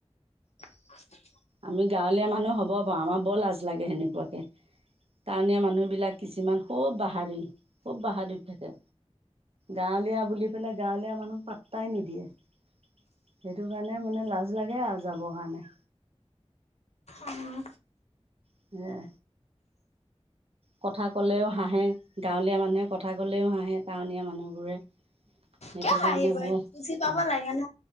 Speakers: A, on the left; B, on the right.
A: <inaudible>
B: আমি গাঁৱলীয়া মানুহ হ'ব পাৰো আমাৰ বৰ লাজ লাগে সেনেকুৱাকে। টাউনীয়া মানুহবলাক কিছুমান খুব বাহাদুৰিৰ খুব বাহাদুৰিত থাকে। গাঁৱলীয়া বুলি পেলাই গাঁৱলীয়া মানুহক পাত্তাই নিদিয়ে। সেইটো কাৰণে মানে লাজ লাগে আৰু যাবৰ কাৰণে।
A: উম,
B: সেই কথা ক'লেও হাঁহে গাঁৱলীয়া মানুহে কথা কলেও হাঁহে টাউনীয়া মানুহবোৰে <unintelligible> সেইটো
A: কিয় হাঁহিব
B: কাৰণে ভাল অ
A: বুজি পাব লাগে ন।